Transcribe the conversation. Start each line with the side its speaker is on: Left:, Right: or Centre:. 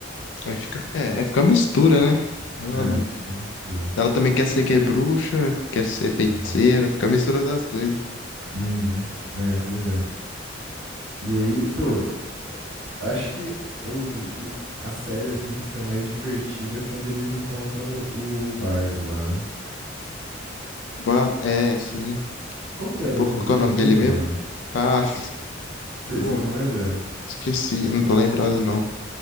Left: Vai ficar, é, vai ficar mistura, né? Ela,
Right: É, fica mistura.
Left: ela também quer ser que é bruxa, quer ser feiticeira,
Right: Uhum.
Left: fica a mistura das duas.
Right: Uhum. É, pois é. E aí, pô, acho que o, o- a série, assim, fica mais divertida quando eles encontram o, o bardo lá, né?
Left: Ba- É, sim.
Right: Como que era
Left: Pô,
Right: o nome
Left: qual
Right: dele
Left: que é o nome
Right: mesmo,
Left: dele mesmo?
Right: mano?
Left: Ah, <laughs>
Right: Você
Left: pô,
Right: não lembra?
Left: esqueci, não tô lembrado não.